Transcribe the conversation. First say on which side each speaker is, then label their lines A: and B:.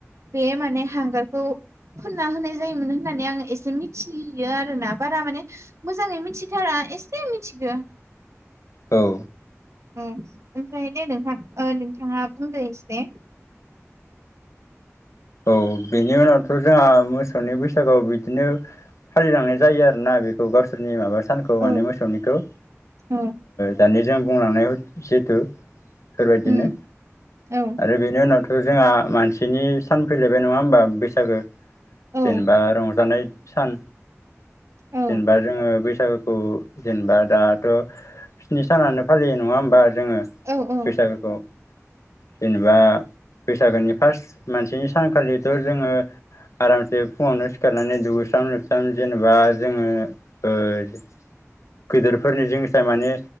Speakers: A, on the right; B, on the left.
A: बे माने हांगारखौ फोनना होनाय जायोमोन होननानै आङो एसे मिथि मिथियो आरो ना बारा माने मोजाङै मिथिथारा एसे मिथिगौ।
B: औ
A: ओमफ्राय दे नोंथां नोंथाङा बुंदो एसे।
B: औ बेनि उनावथ जोंहा मोसौनि बैसागोआव बिदिनो फालिलांनाय जायो आरोना बेखौ गावसोरनि माबा सानखौ
A: औ
B: माने मोसौनिखौ
A: औ
B: दानि जों बुंलांनाय जिहेथु बेबायदिनो
A: उम औ
B: आरो बेनि उनावथ जोंहा मानसिनि सान फैलायबाय नङा होमबा बैसागो
A: औ
B: जेनबा रंजानाय सान
A: औ
B: जेनेबा जोङो बैसागोखौ जेनेबा दाथ' स्नि सानानो फालियो नङा होमबा जोङो
A: औ औ
B: बैसागुखौ। जेनेबा बैसागोनि फार्स्ट मानसिनि सानखालिथ जोङो आरामसे फुङावनो सिखारनानै दुोस्रां लोबस्रां जे जेनेबा ओ जोङो गिदिरफोरनि जिंसा माने